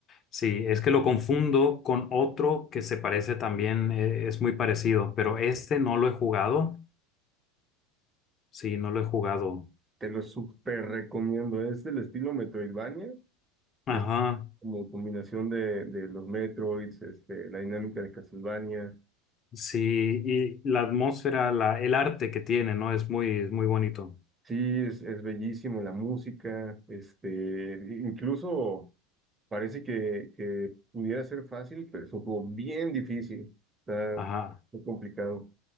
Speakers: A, on the left; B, on the right.
A: Sí, es que lo confundo con otro que se parece también, eh, es muy parecido, pero este no lo he jugado. Sí, no lo he jugado.
B: Te lo súper recomiendo. Es del estilo Metroidvania, y
A: Ajá,
B: es como combinación de, de los Metroids, este, la dinámica de Castlevania.
A: sí, y la atmósfera, la, el arte que tiene, ¿no? Es muy, es muy bonito.
B: Sí, es, es bellísimo la música, este, incluso parece que, que pudiera ser fácil, pero es un juego bien difícil, está
A: Ajá,
B: muy complicado.